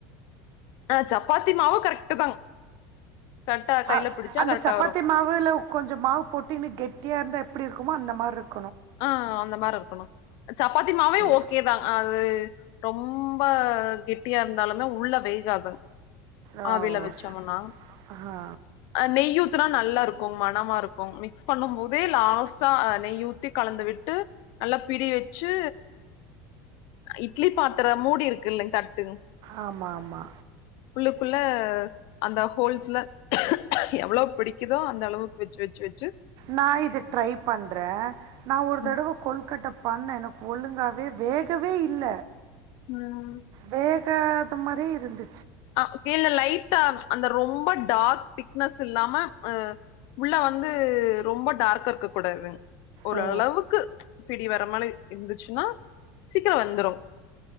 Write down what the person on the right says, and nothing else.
அ
அந்த
சப்பாத்தி
மாவுல கொஞ்சம் மாவு போட்டன்னனு கெட்டியா இருந்தா எப்டி இருக்கு இருக்குமா அந்த மாரி இருக்
சேரி
ஓ
ச- ஆ
ஆமா ஆமா
நா இது ட்ரை பண்ற நா ஒரு தடவ
கொல்கட்டப் பண்ண எனக்கு ஒழுங்காவ் வே வேகவே இல்ல
வேக் த அது மாரி இருந்து
ஓ